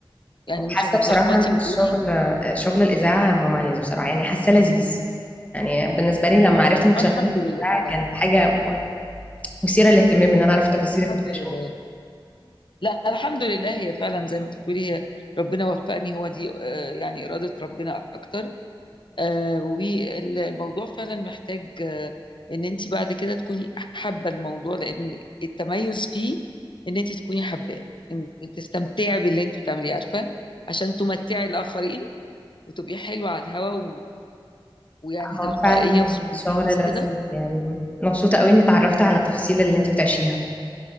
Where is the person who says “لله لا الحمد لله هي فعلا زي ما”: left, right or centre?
Left